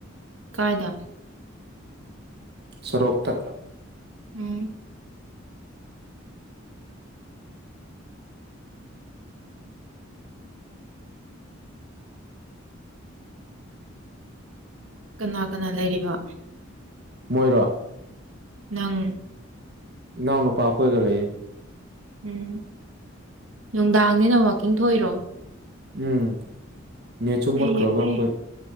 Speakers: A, on the right; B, on the right.
A: ꯀꯥꯏꯗ꯫
B: ꯁꯣꯔꯣꯛꯇ꯫
A: ꯎꯝ꯫ ꯀꯅꯥ ꯀꯅꯥ ꯂꯩꯔꯤꯕ꯫
B: ꯃꯣꯏꯔꯣ꯫
A: ꯅꯪ
B: ꯏꯅꯥꯎ ꯅꯨꯄꯥ ꯑꯈꯣꯏꯒ ꯂꯩꯌꯦ
A: ꯎꯝ ꯅꯨꯡꯗꯥꯡꯅꯤꯅ ꯋꯥꯛꯀꯤꯡ ꯊꯣꯛꯏꯔꯣ
B: ꯎꯝ ꯅꯦꯠꯁꯨ
A: ꯐꯩꯌꯦ
B: ꯃꯨꯠꯈ꯭ꯔꯕ
A: ꯐꯩ
B: ꯑꯩꯈꯣꯏ